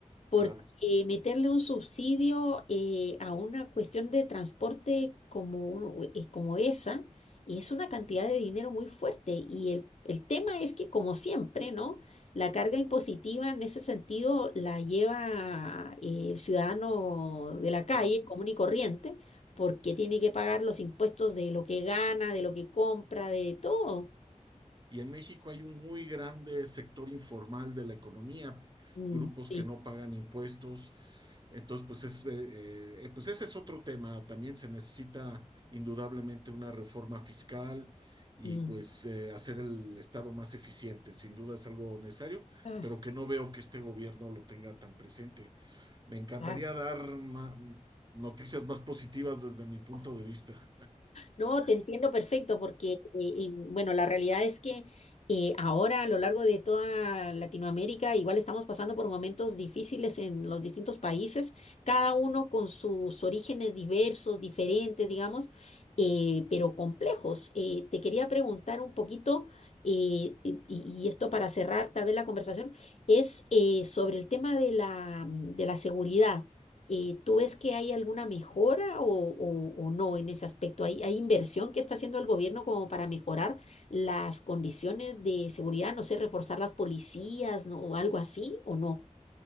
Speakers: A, on the left (about 60°); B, on the right (about 35°).
A: Porque
B: Claro,
A: meterle un subsidio eh, a una cuestión de transporte como, un- eh, como esa es una cantidad de dinero muy fuerte. Y el, el tema es que, como siempre, ¿no? La carga impositiva en ese sentido la lleva eh, el ciudadano de la calle,
B: sí.
A: común y corriente, porque tiene que pagar los impuestos de lo que gana, de lo que compra, de todo.
B: Y en México hay un muy grande sector informal de la economía,
A: Mm,
B: grupos
A: sí.
B: que no pagan impuestos. Entonces, pues, es, eh, eh, pues ese es otro tema. También se necesita indudablemente una reforma fiscal y
A: mm.
B: pues eh, hacer el Estado más eficiente. Sin duda es algo necesario,
A: Ah,
B: pero que no veo que este gobierno lo tenga tan presente. Me encantaría
A: claro.
B: dar ma- noticias más positivas desde mi punto de vista.
A: No, te entiendo perfecto porque, eh, eh, bueno, la realidad es que eh, ahora a lo largo de toda Latinoamérica igual estamos pasando por momentos difíciles en los distintos países, cada uno con sus orígenes diversos, diferentes, digamos, eh, pero complejos. Eh, te quería preguntar un poquito, eh, y, y esto para cerrar tal vez la conversación, es eh, sobre el tema de la, de la seguridad eh, ¿tú ves que hay alguna mejora o, o- o no en ese aspecto? ¿Hay, hay inversión que está haciendo el gobierno como para mejorar las condiciones de seguridad, no sé, reforzar las policías, ¿no? o algo así, o no?